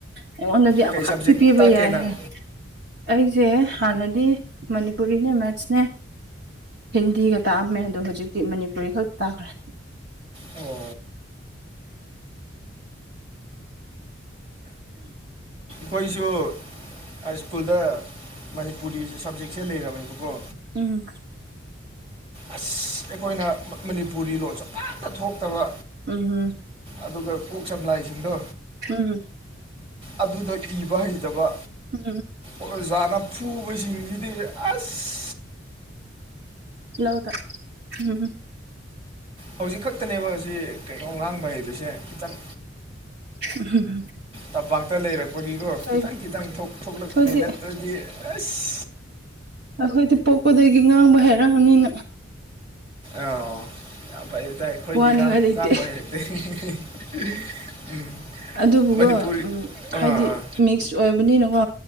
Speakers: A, on the right; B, on the right.
A: ꯑꯩꯉꯣꯟꯗꯗꯤ ꯑꯃꯈꯛꯇꯤ
B: ꯀꯩ ꯁꯕꯖꯦꯛ
A: ꯄꯤꯕ
B: ꯇꯥꯛꯀꯦ
A: ꯌꯥꯏ
B: ꯅꯪ
A: ꯍꯥꯏ ꯑꯩꯁꯦ ꯍꯥꯟꯅꯗꯤ ꯃꯅꯤꯄꯨꯔꯤꯅꯦ ꯃꯦꯠꯁꯅꯦ ꯍꯤꯟꯗꯤꯒ ꯇꯥꯛꯑꯝꯃꯦ ꯑꯗꯣ ꯍꯧꯖꯤꯛꯇꯤ ꯃꯅꯤꯄꯨꯔꯤ ꯈꯛꯇ ꯇꯥꯈ꯭ꯔꯦ
B: ꯑꯣ ꯈꫭꯏꯁꯨ ꯍꯥꯏ ꯁ꯭ꯀꯨꯜꯗ ꯃꯅꯤꯄꯨꯔꯤ ꯁꯞꯖꯦꯛꯁꯦ ꯂꯩꯔꯝꯃꯦꯕꯀꯣ
A: ꯎꯝ
B: ꯑꯁ ꯑꯩꯈꯣꯏꯅ ꯃꯅꯤꯄꯨꯔꯤ ꯂꯣꯟꯁꯨ ꯐꯖꯅ ꯊꯣꯛꯇꯕ
A: ꯎꯝ ꯎꯝ
B: ꯑꯗꯨꯒ ꯀꯣꯛ ꯁꯝꯂꯥꯏꯁꯤꯡꯗꯣ
A: ꯍꯝ
B: ꯑꯗꯨꯗ ꯏꯕ ꯍꯩꯇꯕ
A: ꯎꯝ
B: ꯑꯣꯖꯥꯅ ꯐꯨꯕꯁꯤꯡꯁꯤꯗꯤ ꯑꯁ
A: ꯂꯥꯎꯗ ꯎꯝ
B: ꯍꯧꯖꯤꯛ ꯈꯛꯇꯅꯦꯕ ꯑꯁꯤ ꯀꯩꯅꯣ ꯉꯥꯡꯕ ꯍꯩꯔꯤꯁꯦ ꯈꯤꯇꯪ
A: <unintelligible>
B: ꯇꯝꯄꯥꯛꯇ ꯂꯩꯔꯛꯄꯒꯤꯀꯣ
A: ꯍꯣꯏ
B: ꯈꯤꯇꯪ ꯈꯤꯇꯪ ꯊꯣꯛꯂꯛꯄꯅꯤ
A: ꯑꯩꯈꯣꯏꯗꯤ
B: ꯅꯠꯇ꯭ꯔꯗꯤ ꯑꯁ
A: ꯑꯩꯈꯣꯏꯗꯤ ꯄꯣꯛꯄꯗꯒꯤ ꯉꯥꯡꯕ ꯍꯥꯏꯔꯛꯑꯅꯤꯅ
B: ꯑꯥ ꯌꯥꯝ ꯐꯩꯗ ꯑꯩꯈꯣꯏꯗꯤ
A: ꯋꯥꯅꯤꯡꯉꯥꯏ ꯂꯩꯇꯦ
B: ꯉꯥꯡꯕ ꯍꯩꯔꯛꯇꯦ <unintelligible>
A: ꯑꯗꯨꯕꯨꯀꫭ
B: ꯃꯅꯤꯄꯨꯔꯤ
A: ꯎꯝ ꯍꯥꯏꯗꯤ
B: ꯑꯥ ꯑꯥ
A: ꯃꯤꯛꯁ ꯑꯣꯏꯕꯅꯤꯅꯀꯣ